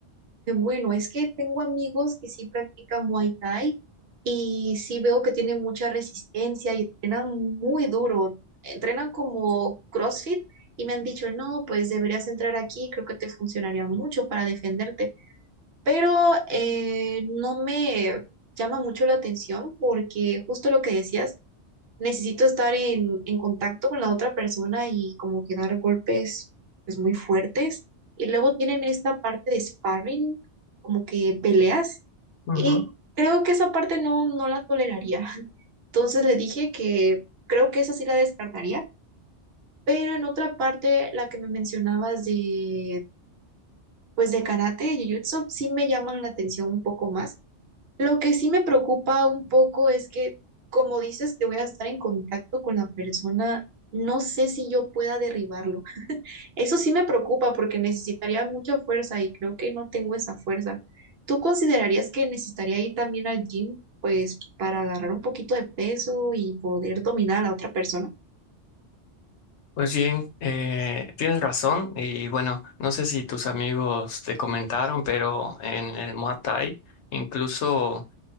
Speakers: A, on the right; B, on the left.
A: Qué Bueno, es que tengo amigos que sí practican Muay Thai y sí veo que tienen mucha resistencia y entrenan muy duro. Entrenan como CrossFit y me han dicho, no, pues deberías entrar aquí, creo que te funcionaría mucho para defenderte. Pero eh, no me llama mucho la atención porque justo lo que decías, necesito estar en, en contacto con la otra persona y como que dar golpes pues muy fuertes. Y luego tienen esta parte de sparring, como que peleas.
B: Ujú.
A: Y creo que esa parte no, no la toleraría. <laughs> Entonces le dije que creo que esa sí la descartaría. Pero en otra parte, la que me mencionabas de, pues de karate y jiu-jitsu, sí me llaman la atención un poco más lo que sí me preocupa un poco es que, como dices, que voy a estar en contacto con la persona, no sé si yo pueda derribarlo. Eso sí me preocupa porque necesitaría mucha fuerza y creo que no tengo esa fuerza. ¿Tú considerarías que necesitaría ir también al gym, pues, para agarrar un poquito de peso y poder dominar a la otra persona?
B: Pues bien, eh, tienes razón y bueno, no sé si tus amigos te comentaron, pero en el Muay Thai incluso...